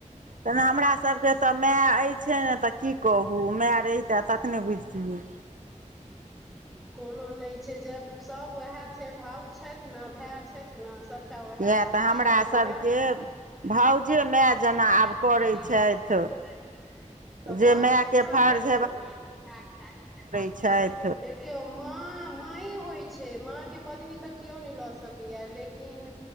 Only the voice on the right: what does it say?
तहन हमरा सभके तऽ मै अछि ने तऽ की कहू मै रहितै तखने बुझितियै।
किए
तऽ हमरासभके
भाउजे माय जेना आब करै छथि
जे मायके
फर्ज
छैथ।